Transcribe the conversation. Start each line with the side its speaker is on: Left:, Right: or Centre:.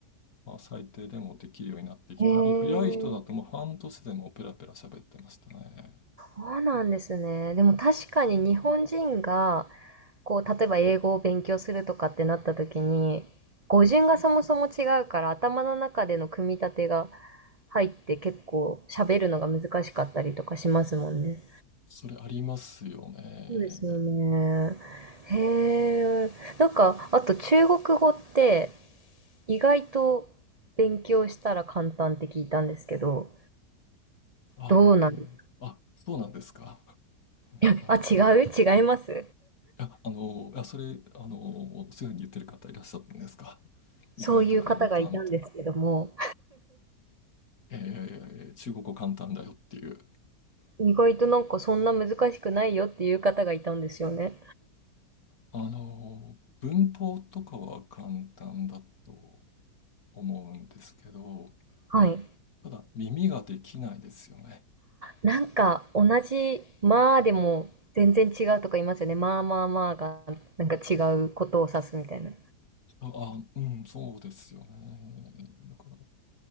Left: まあ、最低でもできるようになってきたり、
Right: えー
Left: 早い人だともう半年でもうペラペラ喋ってましたね。
Right: そうなんですね。でも確かに日本人が、こう、例えば英語を勉強するとかってなった時に、語順がそもそも違うから、頭の中での組み立てが入って結構喋るのが難しかったりとかしますもんね。
Left: それありますよね。
Right: そうですよね。へえ。なんか、あと中国語って、意外と勉強したら簡単って聞いたんですけど、
Left: あの、
Right: どうなんです
Left: あ、そうなんですか。なんか、
Right: <laughs> あ、違う違います
Left: あ、あの、あ、それ、あの、そういうふうに言ってる方いらっしゃったんですか。
Right: そういう方がいたんですけども、
Left: 意外と簡単って。えー中国語簡単だよっていう。
Right: 意外となんかそんな難しくないよっていう方がいたんですよね。
Left: あの、文法とかは簡単だと思うんですけど、
Right: はい。
Left: ただ耳ができないですよね。
Right: なんか同じまあでも全然違うとか言いますよね。まあまあまあがなんか違うことを指すみたいな。
Left: あ、あ、うん、そうですよね。だから、